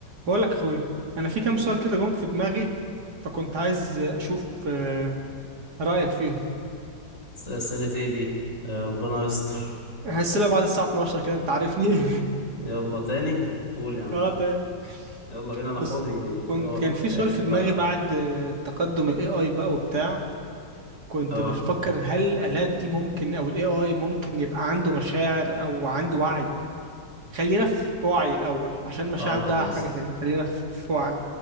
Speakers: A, on the right (about 60°); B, on the left (about 45°).
A: بقولك يا اخويا انا في كام سؤال كده جم في دماغي فكنت عايز اشوف آه، رايك فيهم
B: أسئلة ايه دي يا ربنا يستر
A: هسألها بعد الساعه 12 كده انت عارفني <laughs>
B: يلا تاني قول يا عم
A: اه تاني
B: يلا بينا انا
A: بص
B: فاضي
A: كنت
B: اقعد
A: كان
B: انت
A: في
B: احكي
A: سؤال في
B: براحتك
A: دماغي بعد آه، تقدم الاي اي بقى وبتاع كنت
B: اه
A: بفكر هل الالات دي ممكن او الاي اي ممكن يبقى عنده مشاعر او عنده وعي خلينا في وعي الاول عشان مشاعر
B: صعبة
A: ده
B: دي يا
A: حاجه
B: اسطى
A: تانية خلينا في في وعي